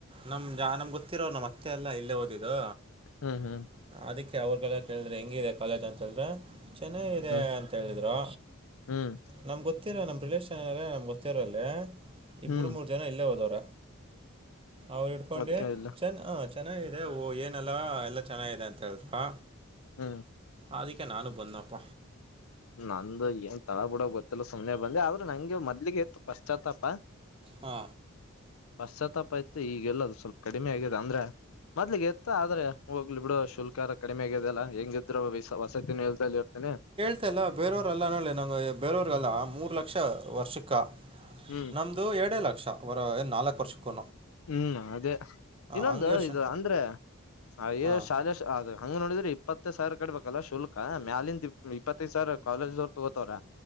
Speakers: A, on the right; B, on the left.
A: ನಮ್ಮ ಜಾ ನಮ್ಗೆ ಗೊತ್ತಿರೋರು ನಮ್ಮ ಮತ್ತೆ ಎಲ್ಲ ಇಲ್ಲೇ ಓದಿದ್ದು
B: ಹ್ಮ್ ಹ್ಮ್
A: ಅದಕ್ಕೆ ಅವ್ರಿಗೆಲ್ಲ ಕೇಳಿದ್ರೆ ಹೆಂಗಿದೆ ಕಾಲೇಜ್ ಅಂತ ಹೇಳಿದ್ರೆ ಚೆನ್ನಾಗಿದೆ
B: ಹ್ಮ್
A: ಅಂತೇಳಿದ್ರು
B: ಹ್ಮ್
A: ನಮ್ ಗೊತ್ತ ಗೊತ್ತಿರಾ ನಮ್ ರಿಲೇೇಶನ್ ನಮ್ ಗೊತ್ತಿರ ಅಲ್ಲಿ ಇಬ್ಬರು
B: ಹ್ಮ್
A: ಮೂರ್ ಜನ ಇಲ್ಲೇ ಹೋದವ್ರ ಅವರು ಇಡ್ಕೊಂಡಿ
B: ಅದಕ್ಕೆ ಇಲ್ಲ
A: ಚಂದ ಹ ಚೆನ್ನಾಗಿದೆ ಏನಲ್ಲ ಎಲ್ಲ ಚೆನ್ನಾಗಿದೆ ಅಂತ ಹೇಳ್ರ
B: ಹ್ಮ್
A: ಅದಕ್ಕೆ ನಾನು ಬಂದಪ್ಪ
B: ನಂದು ಏನ್ ತಳ ಬಿಡೋ ಗೊತ್ತಿಲ್ಲ ಸುಮ್ನೆ ಬಂದಿ ಆದ್ರೂ ನಂಗೆ ಮೊದ್ಲಿಗೆ ಇತ್ತು ಪಸ್ಟ್ ಆತ್ತಪ್ಪ
A: ಹಾ
B: ಪಶ್ಚಾತ್ತಾಪ ಆ ಇತ್ತು ಈಗೆಲ್ಲದು ಸ್ವಲ್ಪ ಕಡಿಮೆ ಆಗಿದೆ ಅಂದ್ರೆ ಮೊದ್ಗೆ ಎತ್ತ ಆದ್ರೆ ಹೋಗ್ಲಿ ಬಿಡು ಶುಲ್ಕ ಕಡಿಮೆ ಆಗಿದಲ್ಲ ಹೆಂಗಿದ್ರರು ವಸತಿನ ಇರ್ತೇನೆ
A: ಲ್ಲ ಬೇರೆಯವರು ಅಲ್ಲ ನೋ ನಂಗ ಬೇರೆಯವರ್ಗೆಲ್ಲ ಮೂರ್ ಲಕ್ಷ ವರ್ಷಕ್ಕೆ
B: ಹ್ಮ್
A: ನಮ್ದು ಎರಡೇ ಲಕ್ಷ ವರ ಏ ನಾಲ್ಕು ವರ್ಷಕ್ಕೂ
B: ಹ್ಮ್ ಅದೇ ಇನ್ನೊಂದು
A: ಹಂಗೆ ಯೋಚನೆ
B: ಇದು ಅಂದ್ರೆ ಅ
A: ಹಾಂ
B: ಶಾಲೆ ಆದ್ರ ಹಂಗ ನೋಡಿದ್ರಿ ಇಪ್ಪತ್ತ ಸಾವಿರ ಕಡಬೇಕಲ್ಲ ಶುಲ್ಕ ಮ್ಯಾಲಿಂದ ಇ ಇಪ್ಪತ್ತೈದು ಸಾವಿರ ಕಾಲೇಜ್ ದವರು ತಗೋತವ್ರ